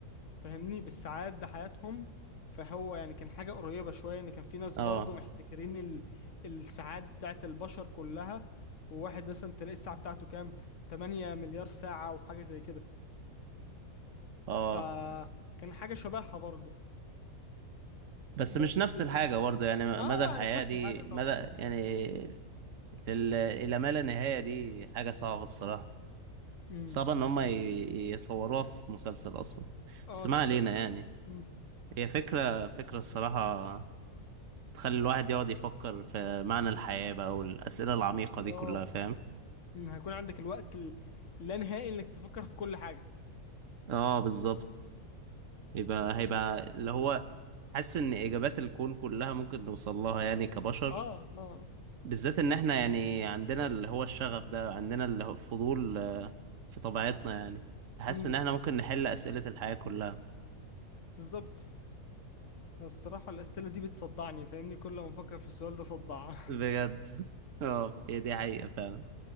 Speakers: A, on the left; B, on the right.
A: فاهمني بالساعات ده حياتهم فهو يعني كان حاجة قريبة شوية ان كان في ناس
B: اه
A: برضو محتكرين ال... الساعات بتاعت البشر كلها وواحد مثلا تلاقي الساعة بتاعته كام 8 مليار ساعة وحاجة زي كده
B: اه
A: فكان حاجة شبهها برضو
B: بس
A: بس
B: مش نفس الحاجة برضه يعني
A: اه
B: مدى
A: لا
B: الحياة
A: مش نفس
B: دي
A: الحاجة طبعا
B: مدى يعني ال- الى ما لا نهاية دي حاجة صعبة الصراحة
A: امم
B: صعبة ان هم
A: تخيل
B: ي- يصوروها في مسلسل اصلا
A: اه
B: بس ما
A: تخيل
B: علينا يعني
A: مم.
B: هي فكرة فكرة الصراحة تخلي الواحد يقعد يفكر في معنى الحياة بقى والأسئلة العميقة دي
A: اه
B: كلها فاهم
A: مم. هيكون عندك الوقت اللا نهائي انك تفكر في كل حاجة
B: اه بالظبط يبقى هيبقى اللي هو حاسس إن إجابات الكون كلها ممكن نوصل لها يعني كبشر
A: اه اه
B: بالذات إن إحنا يعني عندنا اللي هو الشغف ده عندنا اللي هو الفضول آه، في طبيعتنا يعني حاسس
A: امم
B: إن إحنا ممكن نحل أسئلة الحياة كلها
A: بالظبط الصراحة الأسئلة دي بتصدعني فاهمني كل ما أفكر في السؤال ده صدع <laughs>
B: بجد <laughs> اه هي دي حقيقة فعلا